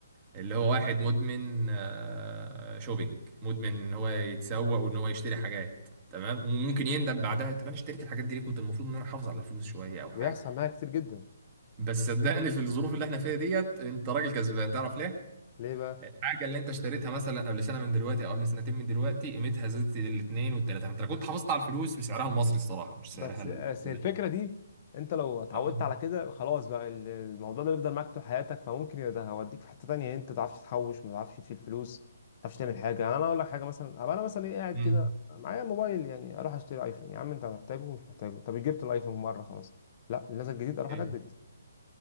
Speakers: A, on the right; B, on the left.
A: اللي هو واحد مدمن آه، شوبينج مدمن إن هو يتسوق وإن هو يشتري حاجات تمام وممكن يندم بعدها طب أنا اشتريت الحاجات دي ليه كنت المفروض إن أنا أحافظ على الفلوس شوية أو
B: بيحصل
A: حاجة
B: معايا كتير جدا
A: بس صدقني في الظروف اللي احنا فيها ديت انت راجل كسبان تعرف ليه؟
B: ليه بقى
A: الحاجة اللي انت اشتريتها مثلا قبل سنة من دلوقتي او قبل سنتين من دلوقتي قيمتها زادت الاتنين والتلاتة انت لو كنت حافظت على الفلوس بسعرها المصري الصراحة مش
B: بس
A: سعرها الدولاري
B: بس الفكره دي انت لو اتعودت
A: اه
B: على كده خلاص بقى ال- الموضوع ده بيفضل معاك طول حياتك فممكن يبقى ده هوديك في حته تانية انت ما تعرفش تحوش ما تعرفش تشيل فلوس ما تعرفش تعمل حاجه يعني انا اقول لك حاجه مثلا أبقى انا مثلا ايه قاعد
A: امم.
B: كده معايا موبايل يعني اروح اشتري ايفون يا عم انت محتاجه ومش محتاجه طب جبت الايفون مره خلاص لا نزل جديد
A: اوكي
B: اروح اجدد